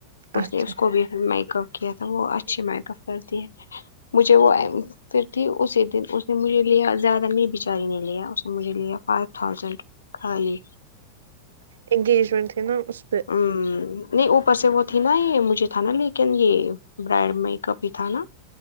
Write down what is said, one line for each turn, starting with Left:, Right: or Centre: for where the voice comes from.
Left: اس
Right: اچھا
Left: نے اس کو بھی میکا کیا تھا وہ اچھی میکاپ کرتی ہے مجھے وہ پھر تھی اسی دن اس نے مجھے لیا زیادہ نہیں بچاری نے لیا اس نے مجھے لیا فائیو تھازینڈ خالی
Right: انگیجمنٹ تھی نا اس پہ
Left: امم نہیں اوپر سے وہ تھی نا یہ مجھے تھا نا لیکن یہ برائڈ میکاپ بھی تھا نا